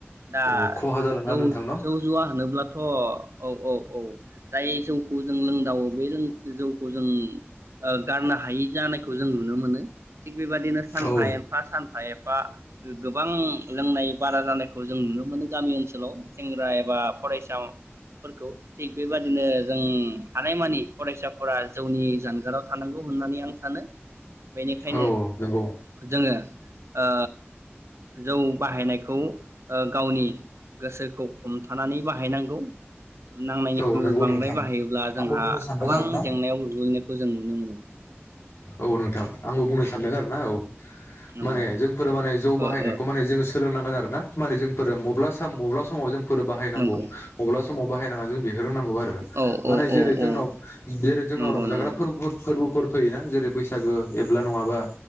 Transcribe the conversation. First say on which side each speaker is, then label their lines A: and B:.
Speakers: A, on the right; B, on the left.
A: दा
B: औ खहा जालाङो
A: जौ
B: आरो नोंथां न'
A: जौ जुवा होनोब्लाथ' अ औ औ। औ जाय जौखौ जों लोंदावो बे लों जों जौखौ जों ओ गारनो हायि जानायखौ जों नुनो मोनो। थिग बेबादिनो सानफा
B: औ
A: एफा सान एफा गोबां लों नाय बारा जानायखौ जों नुनो मोनो गामि ओनसोलाव सेंग्रा एबा फरायसा फोरखौ थिग बेबादिनो जों हानायमानि फरायसाफोरा जौनि जानगाराव थानांगौ होननानै आं सानो बेनिखायनो
B: औ नंगौ
A: जोङो ओ जौ बाहायनाय खौ ओ गावनि गोसोखौ हमथानानै बाहायनांगौ। नांनायनिख्रुयबो
B: औ नंगौ
A: बांद्राय
B: नोंथां
A: बाहायोब्ला जोंहा
B: आंबो बुंनो सानदों
A: गोबां
B: आरो ना
A: जेंनायाव गोग्लैनो खौ जों नुनो मोनो।
B: औ नोंथां आंबो बुंनो सानदों आरो ना औ
A: नंगौ
B: माने जों फोर माने जौ बाहायनायखौ
A: ओ ओ
B: माने जोंसो सोलोनांगोन आरो ना माने जोंफोर मब्ला साम माब्ला समाव जों फोर बाहायनांगौ
A: नंगौ
B: मब्ला सम समाव बाहायनाङा जों बे रोंनांगौ आरो
A: औ
B: माने
A: औ
B: जेरै
A: औ
B: जोंनाव
A: औ
B: जेरै जोंनाव
A: नंगौ
B: रंजाग्रा
A: नंगौ
B: फोरबो फोरबोफोर फैयोना जेरै बैसा गो एब्ला नङाब्ला